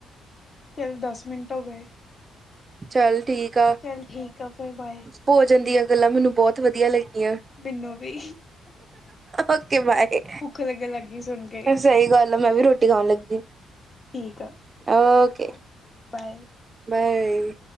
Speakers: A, on the left; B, on the right.
A: ਤੈਨੂੰ ਦੱਸ ਮਿੰਟ ਹੋ ਗਏ
B: ਚਲ ਠੀਕ
A: ਚੱਲ ਠੀਕ ਆ ਫਿਰ ਬਾਏ
B: ਭੋਜਨ ਦੀਆਂ ਗੱਲਾਂ ਮੈਨੂੰ ਬਹੁਤ ਵਧੀਆ ਲੱਗਦੀਆਂ
A: ਮੈਨੂੰ ਵੀ
B: ਓਕੇ ਬਾਏ,
A: ਭੁੱਖ ਲੱਗਣ ਲੱਗ ਗਈ ਸੁਣ ਕੇ
B: ਸਹੀ ਗੱਲ ਆ ਮੈਂ ਵੀ ਰੋਟੀ ਖਾਣ ਲੱਗੀ।
A: ਠੀਕ ਆ,
B: ਓਕੇ
A: ਓਕੇ ਬਾਏ
B: ਬਾਏ